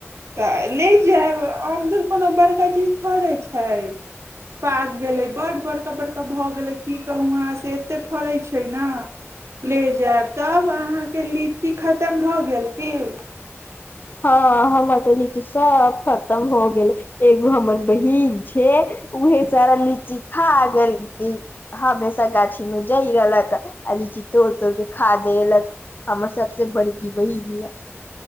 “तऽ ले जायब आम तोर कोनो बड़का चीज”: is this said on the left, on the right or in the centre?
Right